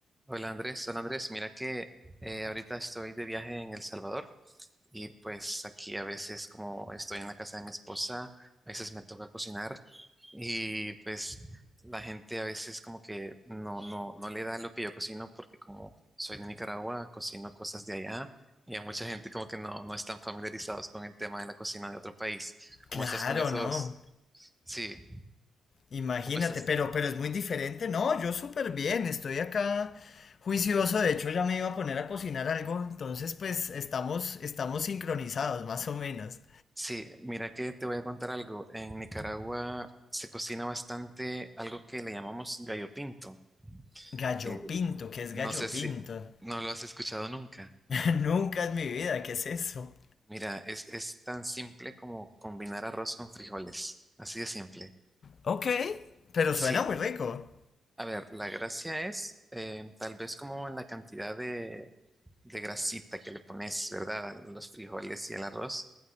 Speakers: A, in the centre; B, on the left.
A: Hola Andrés, hola Andrés, mira que eh, ahorita estoy de viaje en El Salvador y pues aquí a veces como estoy en la casa de mi esposa, a veces me toca cocinar y pues la gente a veces como que no, no, no le da lo que yo cocino porque como soy de Nicaragua, cocino cosas de allá y a mucha gente como que no, no están familiarizados con el tema de la cocina de otro país. ¿Cómo
B: Claro,
A: estás con esos?
B: no.
A: Sí,
B: Imagínate,
A: ¿cómo estás?
B: pero, pero es muy diferente. No, yo súper bien, estoy acá juicioso. De hecho, ya me iba a poner a cocinar algo. Entonces, pues estamos, estamos sincronizados, más o menos.
A: Sí, mira que te voy a contar algo. En Nicaragua se cocina bastante algo que le llamamos gallo pinto.
B: Gallo
A: Eh,
B: pinto, ¿qué es
A: no
B: gallo
A: sé si
B: pinto?
A: no lo has escuchado nunca.
B: <laughs> Nunca en mi vida, ¿qué es eso?
A: Mira, es, es tan simple como combinar arroz con frijoles. Así de simple.
B: Ok, pero
A: Sí,
B: suena muy rico.
A: a ver, la gracia es eh, tal vez como en la cantidad de grasita que le pones, ¿verdad? A los frijoles y al arroz.